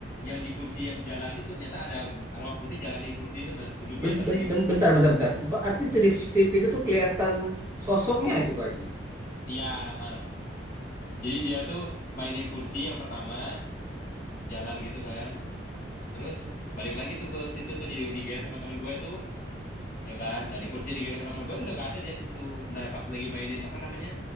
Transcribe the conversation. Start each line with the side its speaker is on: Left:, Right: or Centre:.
Left: yang di kursi yang jalan itu ternyata ada arwah putih jalanin kursi itu mas duduk
Right: Ben,
Left: di atasnya
Right: ben,
Left: gitu
Right: ben- bentar, bentar, bentar. Berarti itu di CCTV itu tuh kelihatan sosoknya itu berarti.
Left: iya heeh. jadi dia tuh mainin kursi yang pertama jalan gitu kan. Terus balik lagi tuh ke situ tuh di- digeret sama teman gue itu, ya kan. Nah di kursi digeret sama teman gue tuh udah nggak ada dia di situ. Nah pas lagi mainin apa namanya,